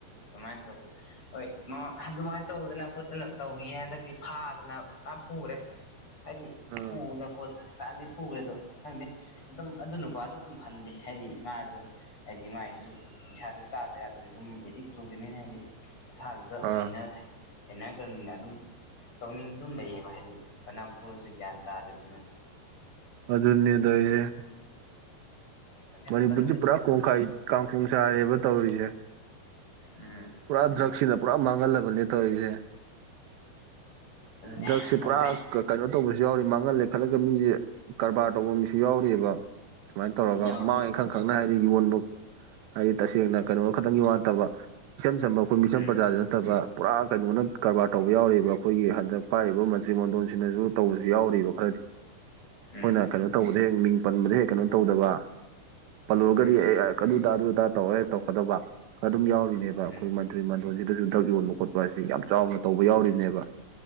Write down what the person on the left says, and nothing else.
ꯑꯗꯨꯃꯥꯏ ꯇꯧꯋꯦ ꯍꯣꯏ ꯃ ꯑꯗꯨꯃꯥꯏ ꯇꯧꯗꯅ ꯈꯣꯠꯇꯅ ꯇꯧꯈꯤꯌꯦ ꯍꯟꯗꯛꯇꯤ ꯐꯥꯗꯅ ꯄꯨꯔꯥ ꯐꯨꯈ꯭ꯔꯦ
ꯍꯥꯏꯗꯤ
ꯐꯨꯗꯅ ꯈꯣꯠꯇꯅ ꯃꯌꯥꯝꯗꯤ ꯐꯨꯈ꯭ꯔꯦꯗꯣ ꯈꯪꯗꯦ ꯑꯗꯨꯝ ꯑꯗꯨ ꯅꯨꯄꯥꯗ ꯑꯗꯨꯝ ꯍꯟꯗꯦ ꯍꯥꯏꯗꯤ ꯃꯥꯁꯨ ꯍꯥꯏꯗꯤ ꯃꯥꯏꯁꯨ ꯅꯤꯁꯥꯗꯣ ꯆꯥꯗ ꯌꯥꯗꯕꯅꯤꯅ ꯁꯨꯝ ꯑꯦꯗꯤꯛ ꯆꯨꯒꯤꯃꯤꯅ ꯍꯥꯏꯗꯤ ꯃꯁꯥꯗꯨ ꯗ
ꯍꯩꯅꯔꯦ ꯍꯩꯅꯈꯒ꯭ꯔꯃꯤꯅ ꯑꯗꯨꯝ ꯇꯧꯅꯤꯡꯗꯨꯝ ꯂꯩꯌꯦꯕ ꯍꯥꯏꯗꯤ ꯐꯅ ꯐꯨꯔꯁꯨ ꯒ꯭ꯌꯥꯟ ꯇꯥꯗꯕꯅꯤꯅ
ꯈꯪꯗꯦ
ꯃꯇꯝꯁꯦ
ꯎꯝ
ꯑꯗꯨꯅꯦ
ꯈꯪꯗꯦ
ꯌꯥꯎꯔꯤ
ꯎꯝ
ꯎꯝ
ꯎꯝ
ꯎꯝ